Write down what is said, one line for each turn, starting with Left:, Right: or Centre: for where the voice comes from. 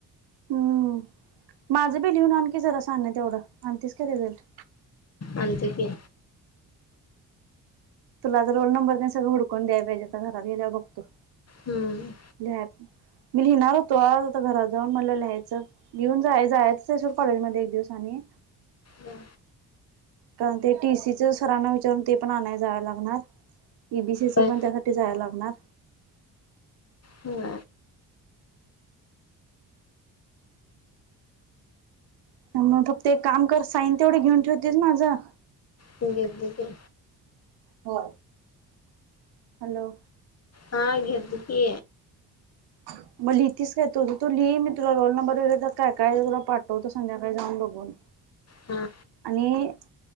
Right: हम्म माझं बी लिहून आणखी जरा साने तेवढं, आणतीस की रिझल्ट.
Left: आणतो की.
Right: तुला तर रोल नंबर नाही सगं हुडकून द्याय पाहिजे तर घरात गेल्यावर बघतो.
Left: हम्म.
Right: लिहा मी लिहिणार होतो आज आता घरात जाऊन मला लिहायचं. घेऊन जाय जायचसोड कॉलेज मध्ये एक दिवस आणि.
Left: हम.
Right: कारण ते टीसीच सरना विचारून ते पण आणायला जाय लागणार. इ बी सी चं
Left: होय
Right: पण त्याच्यासाठी जायला लागणार.
Left: ह. <unintelligible>
Right: मगून फक्त एक काम कर साईन तेवढ घेऊन ठेवतेस माझं?
Left: ती घेतली ते.
Right: हो, हॅलो.
Left: हा घेतो की.
Right: मग लिहितीस काय तुज तु लिही मी तुला रोल नंबर वगैरे तर काय काय तुला पाठवतो संध्याकाळी जाऊन बघून.
Left: हा.
Right: आणि.